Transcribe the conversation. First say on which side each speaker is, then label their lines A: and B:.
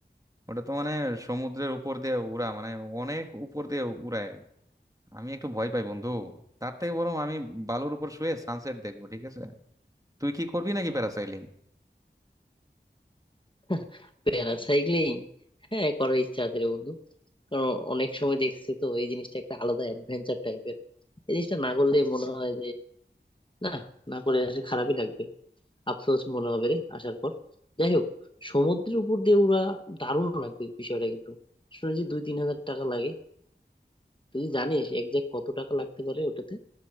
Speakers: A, on the right (about 20°); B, on the left (about 25°).
A: ওটা তো মানে সমুদ্রের উপর দিয়ে উড়া মানে অনেক উপর দিয়ে উড়ায় আমি একটু ভয় পাই বন্ধু তার থেকে বরং আমি বালুর উপর শুয়ে সানসেট দেখবো ঠিক আছে তুই কি করবি নাকি প্যারাসেলিং
B: <laughs> প্যারাসাইক্লিং হ্যাঁ করার ইচ্ছা আছে রে বন্ধু কারণ অনেক সময় দেখছি তো এই জিনিসটা একটা আলাদা অ্যাডভেঞ্চার টাইপের এই জিনিসটা না করলে মনে হয় না না করে আসলে খারাপই লাগবে আফসোস মনে হবে রে আসার পর যাই হোক সমুদ্রের উপর দিয়ে উড়া দারুণ লাগবে বিষয়টা কিন্তু শুনেছি দুই তিন হাজার টাকা লাগে তুই জানিস একজ্যাক্ট কত টাকা লাগতে পারে ওটাতে